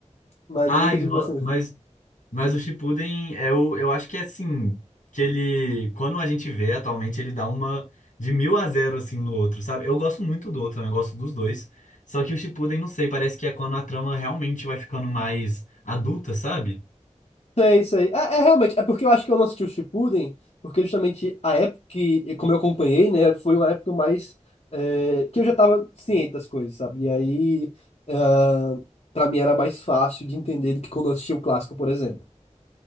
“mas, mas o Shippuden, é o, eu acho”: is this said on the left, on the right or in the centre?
Left